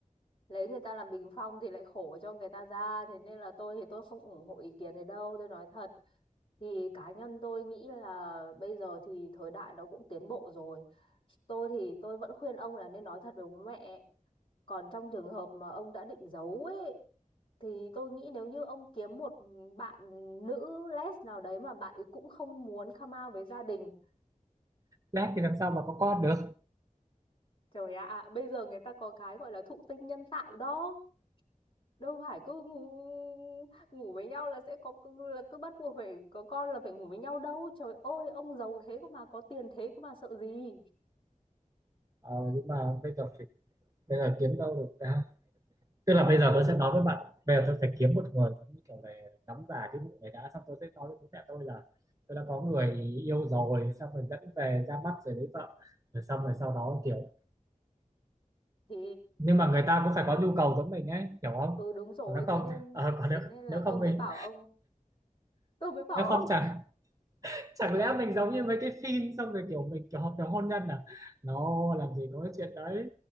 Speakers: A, on the left (about 40°); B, on the right (about 25°).
A: lấy người ta làm bình phong thì lại khổ cho người ta ra thế nên là tôi thì tôi không ủng hộ ý kiến này đâu tôi nói thật thì cá nhân tôi nghĩ là bây giờ thì thời đại nó cũng tiến bộ rồi tôi thì tôi vẫn khuyên ông là nên nói thật với bố mẹ còn trong trường hợp mà ông đã định giấu ấy thì tôi nghĩ nếu như ông kiếm một bạn nữ les nào đấy mà bạn ấy cũng không muốn come out với gia đình
B: lát thì làm sao mà có con được
A: trời ạ à, bây giờ người ta có cái gọi là thụ tinh nhân tạo đó đâu phải cứ ngủ, ngủ với nhau là sẽ có là cứ bắt buộc phải có con là phải ngủ với nhau đâu trời ơi ông giàu thế cơ mà có tiền thế cơ mà sợ gì
B: ờ, nhưng mà bây giờ phải, bây giờ kiếm đâu được ra tức là bây giờ tôi sẽ nói với bạn bây giờ tôi phải kiếm một người giống như kiểu về nắm giả cái vụ này đã xong tôi sẽ nói với bố mẹ tôi là tôi đã có người yêu rồi xong rồi dẫn về ra mắt rồi lấy vợ rồi xong rồi sau đó kiểu
A: thì
B: nhưng mà người ta cũng phải có nhu cầu giống mình ấy hiểu không
A: ừ đúng rồi
B: còn nếu
A: thế
B: không
A: nên
B: ờ, còn nếu,
A: thế nên là
B: nếu
A: tôi
B: không
A: mới
B: mình
A: bảo ông tôi mới bảo
B: nếu không
A: ông
B: chẳng chẳng lẽ mình giống như mấy cái phim xong rồi kiểu mình kiểu hợp đồng hôn nhân à nó làm gì có cái chuyện đấy